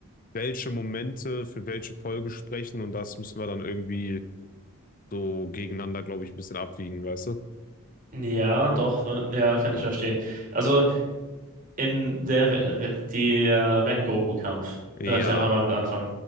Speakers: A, on the left; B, on the right.
A: welche Momente für welche Folge sprechen und das müssen wir dann irgendwie so gegeneinander, glaube ich, ein bisschen abwiegen, weißt du?
B: Ja, doch, w- ja, kann ich verstehen. Also in der Re- die äh, Rengoku-Kampf
A: Ja,
B: würde ich einfach mal mit anfangen.